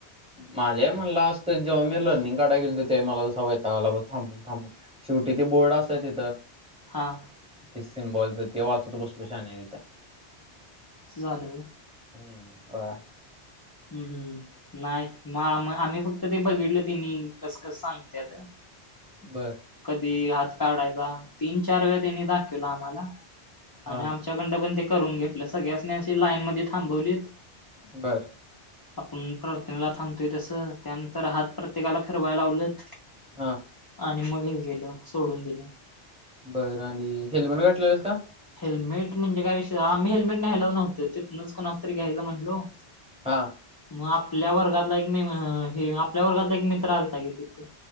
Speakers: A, in the centre; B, on the left.
A: माझ्या हि म्हणलं असतं जेव्हा मी लर्निंग काढाय गेलतो, त्यावेळी मला असा वैताग आला बघ थांबून थांबून. शेवटी ते बोर्ड असतंय तिथं.
B: हां.
A: ते सिमबॉलच ते वाचत बसलो शान्या तिथं.
B: असं झालं व्हयं.
A: हम्म होय.
B: हम्म हम्म. नाही मग आम-आम्ही फक्त ते बघितलं त्यांनी कस कस सांगत्यात.
A: बरं.
B: कधी हात काढायचा तीन चार वेळा त्यांनी दाखवला आम्हाला आणि
A: हा
B: आमचं त्यांचाकडंन पण ते करून घेतलं. सगळ्यासनी असं लाईनमध्ये थांबवलीत.
A: बर.
B: आपण प्रार्थनेला थांबतोय तसं, त्यानंतर हात प्रत्येकाला फिरवायला लावलंत.
A: हा.
B: आणि मग हे केलं सोडून दिलं.
A: बरं आणि हेल्मेट घातलेलस का?
B: हेल्मेट म्हणजे काय विषय आम्ही हेल्मेट न्यायलाच नव्हतं. तिथनंच कोणाच तरी घ्यायचं म्हणलो.
A: हा.
B: मग आपल्या वर्गातला एक मे हे आपल्या वर्गातला एक मित्र आलता की तिथं.